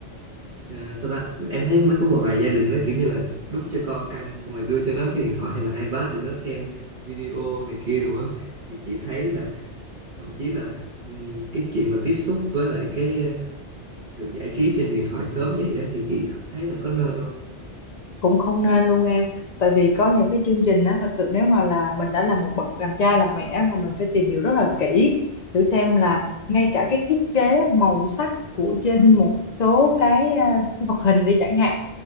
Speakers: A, on the right (about 45°); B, on the left (about 55°).
A: ờ, sao ta em thấy mới có một vài gia đình nó kiểu như là đút cho con ăn xong rồi đưa cho nó cái điện thoại hay là iPad để nó xem video này kia rồi á thì chị thấy là thậm chí là ừm, cái chuyện mà tiếp xúc với lại cái ờ, sự giải trí trên điện thoại sớm vậy á thì chị thấy là có nên không
B: cũng không nên luôn em tại vì có những cái chương trình á thật sự nếu mà là mình đã là một bậc làm cha làm mẹ là mình phải tìm hiểu rất là kỹ thử xem là ngay cả cái thiết kế màu sắc của trên một số cái à, cái vật hình đi chẳng hạn